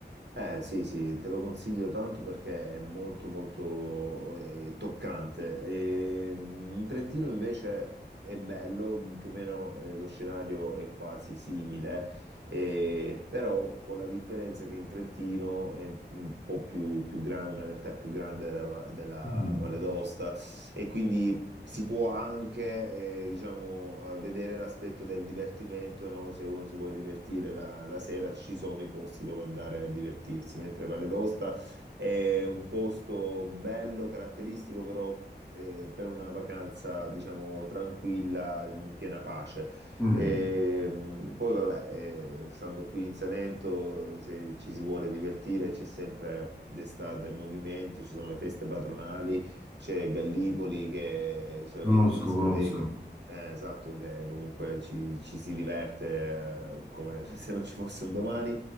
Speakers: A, on the right (about 75°); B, in the centre.
A: Eh sì, sì, te lo consiglio tanto perché è molto molto eh, toccante. E, mm, in Trentino invece è bello, mm, più o meno eh, lo scenario è quasi simile, eh, però con la differenza che in Trentino è un po' più, più grande, una realtà più grande della, della
B: Mm.
A: Valle d'Aosta e quindi si può anche, eh, diciamo, eh, vedere l'aspetto del divertimento, no? Se uno si vuole divertire la, la sera, ci sono i posti dove andare a divertirsi, mentre Valle d'Aosta è un posto bello, caratteristico, però eh, per una vacanza, diciamo, tranquilla, in piena pace.
B: Mm.
A: E, mh, poi, vabbè, eh, stando qui in Salento, se ci si vuole divertire, c'è sempre d'estate movimento, ci sono le feste patronali c'è Gallipoli, che c'è la
B: Conosco,
A: via delle discoteche,
B: conosco.
A: eh, esatto, che comunque ci, ci si diverte eh, come <laughs> se non ci fosse un domani.